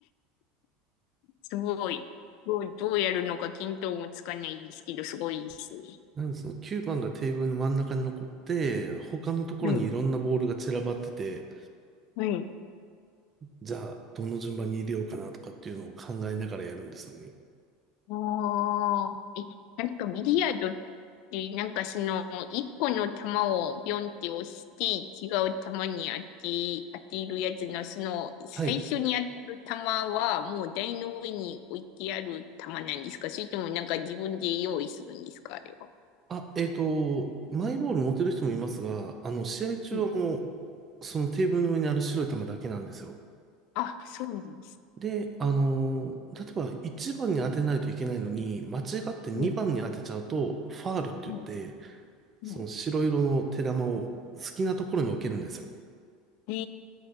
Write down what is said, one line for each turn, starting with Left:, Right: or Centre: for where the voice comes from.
Left: すごい。どう、どうやるのか見当もつかないですけど、すごいですね。
Right: なんでその9番がテーブルの真ん中に残って、他のところにいろんなボールが散らばってて、
Left: はい、はい。
Right: じゃあどの順番に入れようかなとかっていうのを考えながらやるんですよね。
Left: ああ、え、なんかビリヤードって、なんかその、一個の球をビョンって押して、違う球に当て、当てるやつの、その、最初に当たる球は、
Right: はい。
Left: もう台の上に置いてある球なんですかそれともなんか自分で用意するんですかあれは。
Right: あ、えっと、マイボール持てる人もいますが、あの、試合中はもう、
Left: うん
Right: そのテーブルの上にある白い球だけなんですよ。
Left: あ、そうなんです。
Right: で、あのー、例えば1番に当てないといけないのに、間違って2番に当てちゃうと、
Left: うん、
Right: ファールって言って、
Left: うん、
Right: その白色の手玉を好きなところに置けるんですよ。
Left: うん。へ